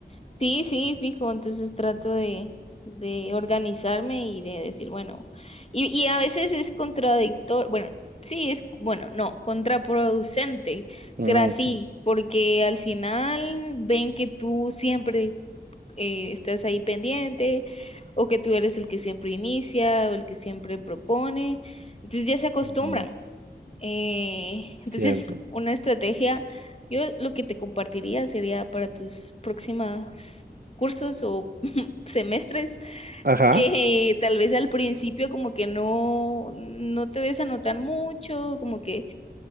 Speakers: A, on the left (about 35°); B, on the right (about 60°).
A: Sí, sí, fijo. Entonces trato de, de organizarme y de decir, bueno, y, y a veces es contradictorio, bueno, sí, es, bueno, no, contraproducente
B: Ujú,
A: será así, porque al final ven que tú siempre eh, estás ahí pendiente o que tú eres el que siempre inicia o el que siempre propone. Entonces ya se acostumbran.
B: ujú,
A: Eh, entonces,
B: cierto.
A: una estrategia, yo lo que te compartiría sería para tus próximas cursos o <laughs> semestres,
B: Ajá.
A: que tal vez al principio como que no, no te des anotar mucho, como que